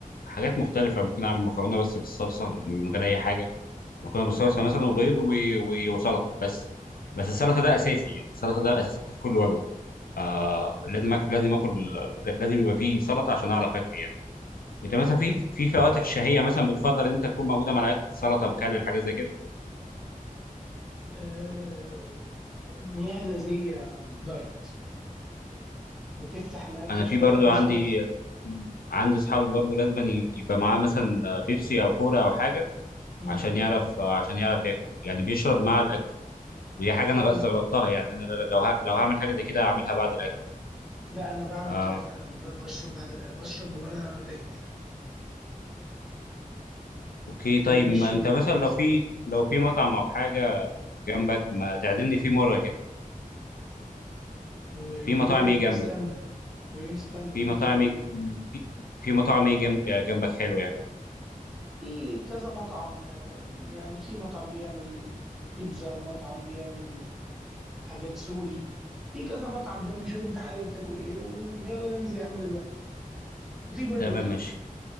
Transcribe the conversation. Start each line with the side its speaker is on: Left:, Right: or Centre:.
Left: حاجات مختلفه ممكن اعمل مكرونه بس بالصلصه من غير اي حاجه مكرونه بالصلصه مثلا وبيض و- و- وسلطه بس بس السلطه ده اساسي يعني السلطه ده اساسي في كل وجبه آه لازم اكل لازم اكل لازم يبقى فيه سلطه عشان اعرف اكل يعني انت
Centre: صح
Left: مثلا في في فواتح شهيه مثلا بتفضل ان انت تكون موجوده مع الاكل سلطه مخلل حاجات زي كده
Centre: آه، مياه غازية دايت بتفتح الأكل
Left: انا في
Centre: شوية
Left: برضو
Centre: وسلطة
Left: عندي عندي اصحابي برضو لازم ي- يبقى معاه مثلا بيبسي او كولا او حاجه
Centre: امم
Left: عشان يعرف عشان يعرف ياكل يعني بيشرب مع الاكل ودي حاجه انا
Centre: وأنا
Left: استغربتها يعني انا لو ه- لو هعمل حاجه زي كده هعملها بعد الاكل
Centre: لا أنا بعمل
Left: آه
Centre: كده فعلا ب- بشرب بعد الأ- بشرب وأنا باكل
Left: اوكي طيب
Centre: بيمشي
Left: ما
Centre: الدنيا
Left: انت مثلا لو في لو في مطعم او حاجه جنبك ما تعزمني فيه مره كده
Centre: و-
Left: في
Centre: وليه
Left: مطاعم ايه جنبك
Centre: نستنى وليه نستنى
Left: في
Centre: ممكن
Left: مطاعم يج- في في مطاعم ايه جنب جنبك حلو يعني
Centre: في كذا مطعم آه، يعني في مطعم بيعمل بيتزا ومطعم بيعمل حاجات سوري في كذا مطعم جنبي شوف انت حابب تاكل ايه ويلا ننزل يا عم دلوقتي وفي برجر
Left: تمام
Centre: كمان
Left: ماشي